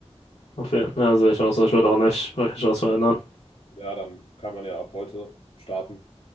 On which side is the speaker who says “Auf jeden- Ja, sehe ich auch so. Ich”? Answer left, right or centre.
Left